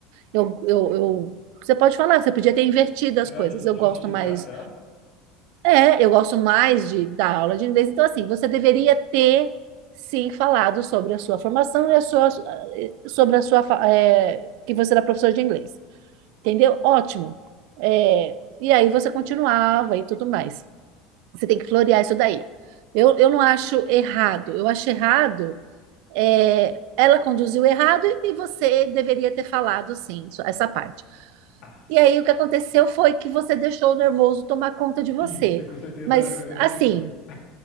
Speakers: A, on the right; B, on the left.
A: eu, eu, eu- você pode falar, você podia ter invertido
B: Será
A: as coisas,
B: jus-
A: eu
B: justificar?
A: gosto mais,
B: Será?
A: é, eu gosto mais de dar aula de inglês, então assim, você deveria ter, sim, falado sobre a sua formação e a sua, sobre a sua, fa- é, que você era professor de inglês entendeu? Ótimo. É, e aí você continuava e tudo mais. Você tem que florear isso daí. Eu, eu não acho errado. Eu acho errado. é, ela conduziu errado e você deveria ter falado sim, isso- essa parte.
B: Aff.
A: E aí o que aconteceu foi que você deixou o nervoso tomar conta de você.
B: Sim, eu com certeza
A: Mas
B: eu eu entrei
A: assim,
B: em pânico. <laughs>